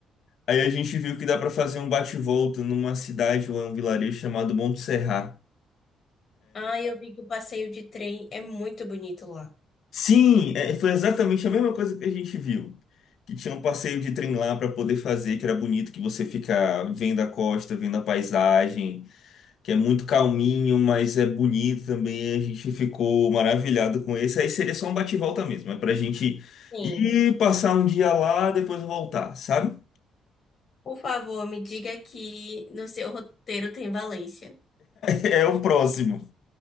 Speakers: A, on the left; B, on the left.
A: Aí a gente viu que dá pra fazer um bate-volta numa cidade ou um vilarejo chamado Monte Serrat.
B: Ah, eu vi que o passeio de trem é muito bonito lá.
A: Sim, é, foi exatamente a mesma coisa que a gente viu. Que tinha um passeio de trem lá para poder fazer, que era bonito, que você fica vendo a costa, vendo a paisagem, que é muito calminho, mas é bonito também. A gente ficou maravilhado com esse. Aí seria só um bate-volta mesmo, é pra gente
B: Sim.
A: ir passar um dia lá, depois voltar, sabe?
B: Por favor, me diga que no seu roteiro tem Valência.
A: <laughs> É o próximo.